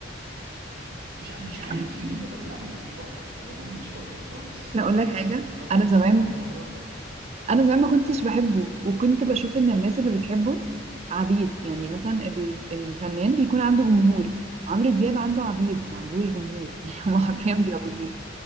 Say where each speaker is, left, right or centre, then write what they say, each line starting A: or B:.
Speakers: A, on the right; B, on the right.
A: مش ع- مش عارف
B: ممكن
A: ليه ما ببلعوش مش بقدر والله مش بقدر خالص
B: اقول
A: خالص
B: لك حاجه
A: حتى
B: انا زمان
A: اسمعه مره
B: انا زمان ما كنتش بحبه وكنت بشوف ان الناس اللي بتحبه عبيد يعني مثلا ال- الفنان بيكون عنده جمهور عمرو دياب عنده عبيد ما عندهوش جمهور <laughs> يعني هما حرفيا بيعبدوه